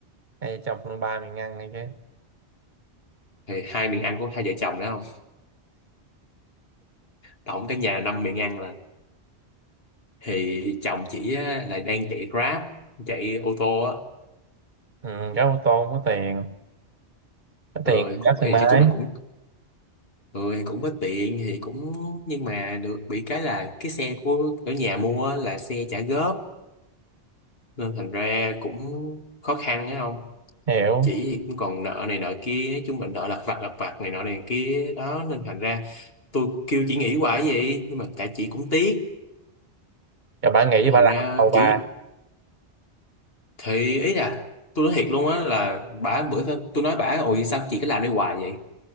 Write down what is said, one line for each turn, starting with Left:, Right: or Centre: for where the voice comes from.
Right: Hay chồng tôi ba miệng ăn này chứ.
Left: thì hai miệng ăn của hai vợ chồng đó không tổng cái nhà năm miệng ăn thì chồng chị á, là đang chạy Grab chạy ô tô á
Right: Ừ, có ô tô không có tiền có
Left: ừ,
Right: tiền
Left: cũng
Right: rất thoải
Left: thì
Right: mái
Left: nói chung là cũng ừ, thì cũng có tiện thì cũng nhưng mà được bị cái là cái xe của ở nhà mua á, là xe trả góp nên thành ra cũng khó khăn á không
Right: hiểu
Left: chỉ thì cũng còn nợ này nợ kia nói chung là nợ lặt vặt lặt vặt này nọ này kia đó nên thành ra tôi kêu chị nghỉ hoài vậy nhưng mà tại chị cũng tiếc
Right: rồi bà nghĩ
Left: nên
Right: bà
Left: thành
Right: làm
Left: ra
Right: đầu bà
Left: kiểu thì ý là tôi nói thiệt luôn á là bả bữa tôi nói bả ôi sao chị cứ làm đi hoài vậy